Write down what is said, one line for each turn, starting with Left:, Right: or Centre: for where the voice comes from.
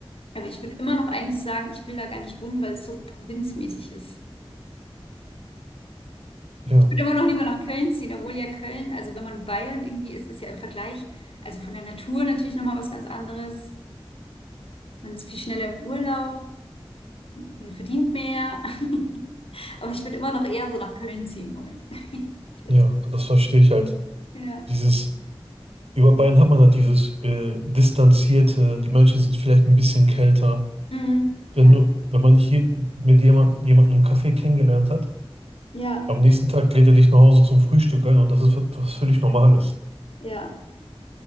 Left: Aber ich würde immer noch eigentlich sagen, ich will da gar nicht wohnen, weil es so provinzmäßig ist.
Right: ja,
Left: Ich würde immer noch lieber nach Köln ziehen, obwohl ja Köln, also wenn man in Bayern irgendwie ist, ist ja im Vergleich, also von der Natur natürlich nochmal was ganz anderes. Man ist viel schneller im Urlaub. Man verdient mehr. <laughs> Aber ich würde immer noch eher so nach Köln ziehen wollen. <laughs> Ich weiß-
Right: ja. Das verstehe ich halt.
Left: Ja.
Right: Dieses. Über Bayern hat man halt dieses äh, Distanzierte, die Menschen sind vielleicht ein bisschen kälter.
Left: Mhm. Ja.
Right: Wenn du, wenn man hier mit jemand, jemandem im Café kennengelernt hat,
Left: Ja,
Right: am nächsten Tag lädt er dich nach Hause zum Frühstück ein und das ist was, was völlig Normales.
Left: ja.